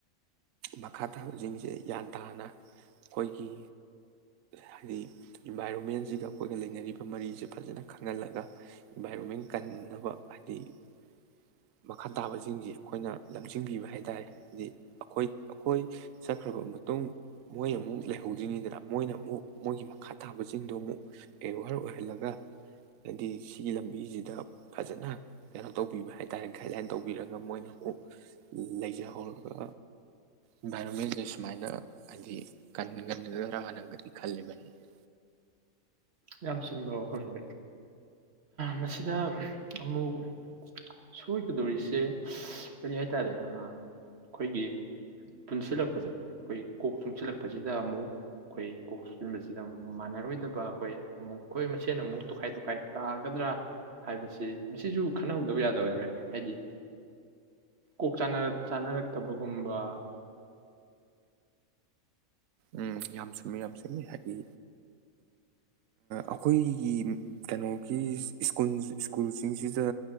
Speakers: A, on the right; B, on the right.
A: ꯃꯈꯥ ꯇꯥꯕꯁꯤꯡꯁꯦ ꯒ꯭ꯌꯥꯟ ꯇꯥꯅ ꯑꯩꯈꯣꯏꯒꯤ ꯍꯥꯏꯗꯤ ꯏꯟꯚꯥꯏꯔꯣꯟꯃꯦꯟꯁꯤꯒ ꯑꯩꯈꯣꯏꯒ ꯂꯩꯅꯔꯤꯕ ꯃꯔꯤꯁꯤꯦ ꯐꯖꯅ ꯈꯪꯍꯜꯂꯒ ꯏꯟꯚꯥꯏꯔꯣꯟꯃꯦꯟ ꯀꯟ ꯐꯅꯕ ꯍꯥꯏꯗꯤ ꯃꯈꯥ ꯇꯥꯕꯁꯤꯡꯁꯤ ꯑꯩꯈꯣꯏꯅ ꯂꯝꯖꯤꯡꯕꯤꯕ ꯍꯥꯏꯇꯥꯔꯦ ꯍꯥꯏꯗꯤ ꯑꯩꯈꯣꯏ ꯑꯩꯈꯣꯏ ꯆꯠꯈ꯭ꯔꯕ ꯃꯇꯨꯡ ꯃꯣꯏ ꯑꯃꯨꯛ ꯂꯩꯍꯧꯗ꯭ꯔꯤꯉꯩꯗꯅ ꯃꯣꯏꯅ ꯑꯃꯨꯛ ꯃꯣꯏꯒꯤ ꯃꯈꯥ ꯇꯥꯕꯁꯤꯡꯗꯣ ꯑꯃꯨꯛ ꯑꯦꯋꯌꯥꯔ ꯑꯣꯏꯍꯜꯂꯒ ꯍꯥꯏꯗꯤ ꯁꯤꯒꯤ ꯂꯝꯕꯤꯁꯤꯗ ꯐꯖꯅ ꯀꯩꯅꯣ ꯇꯧꯕꯤꯕ ꯍꯥꯏꯇꯥꯔꯦ <unintelligible> ꯇꯧꯕꯤꯔꯒ ꯃꯣꯏꯅ ꯑꯃꯨꯛ ꯂꯩꯖꯍꯧꯔꯒ ꯏꯟꯚꯥꯏꯔꯣꯟꯃꯦꯟꯁꯦ ꯁꯨꯃꯥꯏꯅ ꯍꯥꯏꯗꯤ ꯀꯟꯅ ꯉꯟꯅꯒꯗ꯭ꯔꯥ ꯍꯥꯟꯅꯒꯗꯤ ꯈꯜꯂꯦꯕ ꯑꯩ
B: ꯌꯥꯝ ꯁꯨꯗꯔ ꯋꯥꯐꯝꯅꯨ ꯃꯁꯤꯗ ꯑꯃꯨꯛ ꯁꯣꯏꯒꯗꯧꯔꯤꯁꯦ ꯀꯔꯤ ꯍꯥꯏꯇꯥꯔꯦ ꯑꯩꯈꯣꯏꯒꯤ ꯄꯨꯟꯁꯤꯜꯂꯛꯄꯁꯦ ꯑꯩꯈꯣꯏ ꯀꯣꯛ ꯆꯨꯡꯁꯤꯜꯂꯛꯄꯁꯤꯗ ꯑꯃꯨꯛ ꯑꯩꯈꯣꯏ ꯀꯣꯛ ꯄꯨꯟꯕꯁꯤꯗ ꯑꯃꯨꯛ ꯃꯥꯟꯅꯔꯣꯏꯗꯕ ꯑꯩꯈꯣꯏ ꯑꯩꯈꯣꯏ ꯃꯁꯦꯟꯅ ꯑꯃꯨꯛ ꯇꯣꯈꯥꯏ ꯇꯣꯈꯥꯏ ꯇꯥ ꯒꯗ꯭ꯔꯥ ꯍꯥꯏꯕꯁꯤ ꯃꯁꯤꯁꯨ ꯈꯟꯅꯍꯧꯗꯕ ꯌꯥꯔꯦ ꯗꯕꯅꯦ ꯍꯥꯏꯗꯤ ꯀꯣꯛ ꯆꯥꯅꯔꯛꯇꯕꯒꯨꯝꯕ
A: ꯎꯝ ꯌꯥꯝ ꯆꯨꯝꯃꯤ ꯌꯥꯝ ꯁꯨꯝꯃꯤ ꯍꯥꯏꯗꯤ ꯑꯩꯈꯣꯏꯒꯤ ꯀꯩꯅꯣꯒꯤ ꯁꯀꯨꯜ ꯁ꯭ꯀꯨꯜꯁꯤꯡꯁꯤꯗ